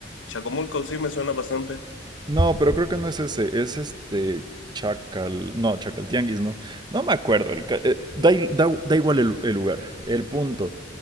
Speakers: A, on the left; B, on the right.
A: Chacomulco sí me suena bastante.
B: No, pero creo que no es ese, es este Chacal, no, Chacal Tianguis, no. No me acuerdo, el ca- eh, da, i- da- da igual el, el lugar, el punto.